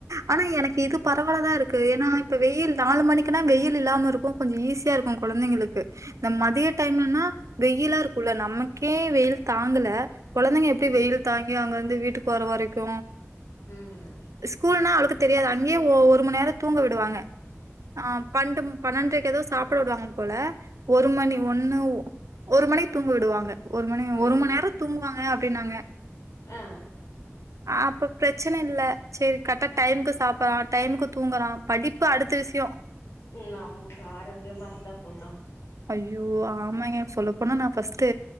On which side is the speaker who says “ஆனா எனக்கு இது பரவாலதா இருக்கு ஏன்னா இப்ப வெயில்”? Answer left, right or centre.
Right